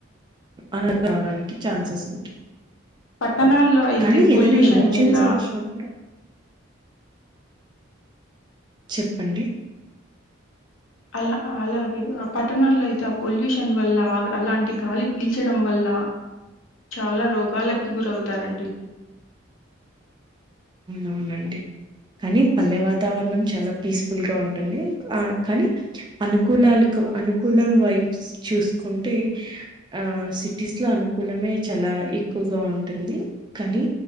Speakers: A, on the right; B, on the left.
A: అనాధ ఆవడానికి ఛాన్సెస్ ఉంటాయి
B: పట్టణాల్లో
A: ఆ
B: అయితే
A: కానీ
B: పొల్యూషన్
A: ఏదైనా ఎమర్జెన్సీ
B: వల్ల
A: వచ్చినప్పుడు చెప్పండి
B: అలా అలాగే ఆ పట్టణాల్లో అయితే ఆ పొల్యూషన్ వల్ల, అలాంటి గాలి పీల్చడం వల్ల చాలా రోగాలకి గురవుతారండి.
A: అవునవునండి కానీ పల్లె వాతావరణం చాలా పీస్ఫుల్ గా ఉంటుంది. ఆ కానీ అనుకూలాలకు అనుకూలం వై చూస్ కుంటే ఆ సిటీస్ లో అనుకూలమే చాలా ఎక్ ఇగా ఉంటుంది కానీ